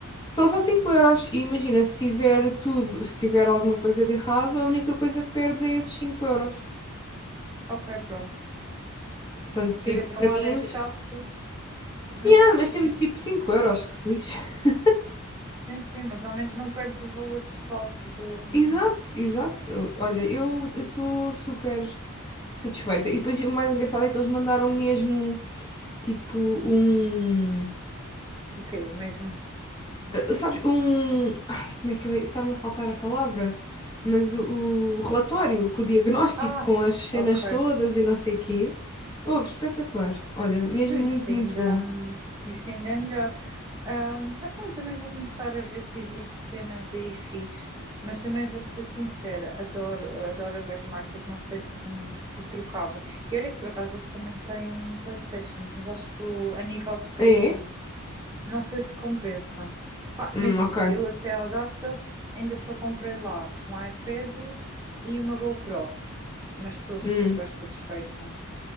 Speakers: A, on the left; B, on the right.
A: São só 5 euros e imagina, se tiver tudo, se tiver alguma coisa de errado, a única coisa que perdes é esses cinco euros.
B: Ok, pronto.
A: Portanto,
B: Quer
A: tipo,
B: dizer, por
A: para
B: um lado
A: mim,
B: é chato, mas
A: ah, mas
B: por
A: temos
B: cima.
A: tipo 5 euros, que se lixe. <laughs>
B: Sim, sim, mas ao menos não perdes o valor total de.
A: Exato, exato. Olha, eu estou super satisfeita. E depois o mais engraçado é que eles mandaram mesmo, tipo, um,
B: O quê? Mesmo.
A: Uh, sabes, um. Ai, como é que eu. Está-me a faltar a palavra. Mas o, o relatório, com o diagnóstico,
B: Ah,
A: com as cenas
B: ok.
A: todas e não sei quê. Houve, espetacular. Olha, mesmo
B: Não,
A: muito,
B: Isso ainda,
A: muito bom.
B: isso ainda é melhor. Ahm, mas pronto, também vou começar a ver se existe cenas aí fixe, mas também vou-te ser sincera, adoro, adoro a Back Market, não sei se, se trocava. E olha que por acaso eles também têm PlayStation, mas acho que o- a nível de preços
A: Ah, É?
B: não, se- não sei se compensa. Pá,
A: Hum,
B: imagina,
A: ok.
B: eu até à data ainda só comprei lá um iPad e uma GoPro, mas estou super
A: Hum.
B: satisfeita.